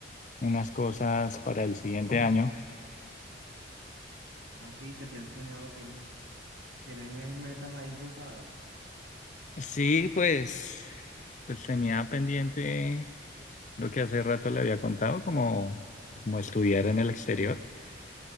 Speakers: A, on the left (about 40°); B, on the right (about 75°).
A: unas cosas para el siguiente año.
B: Así que tienes planeado, tienes, tienes metas ahí pensadas.
A: Sí, pues, pues tenía pendiente lo que hace rato le había contado, como, como estudiar en el exterior.